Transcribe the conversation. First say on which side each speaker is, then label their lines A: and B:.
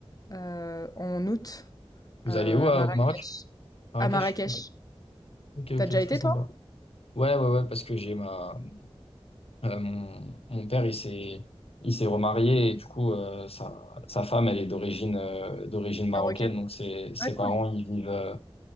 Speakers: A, on the left; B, on the left.
A: heu, en août,
B: Vous
A: heu, à
B: allez où, euh,
A: Marrakech.
B: au Maroc? Marrakech?
A: À Marrakech.
B: Ok, ok,
A: T'as
B: ok,
A: déjà
B: très
A: été
B: sympa.
A: toi?
B: Ouais, ouais, ouais, parce que j'ai ma, Euh, mon, mon père, il s'est, il s'est remarié et du coup, euh, sa, sa femme, elle est d'origine euh, d'origine marocaine.
A: Marocaine?
B: Donc, ses, ses
A: Ah
B: parents,
A: cool.
B: ils vivent, euh,